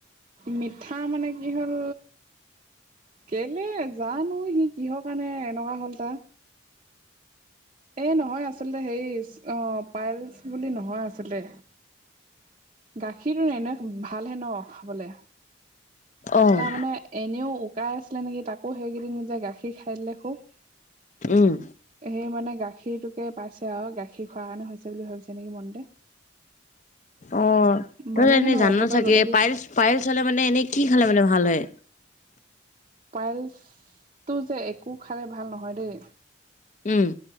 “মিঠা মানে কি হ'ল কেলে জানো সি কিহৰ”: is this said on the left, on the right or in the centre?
Right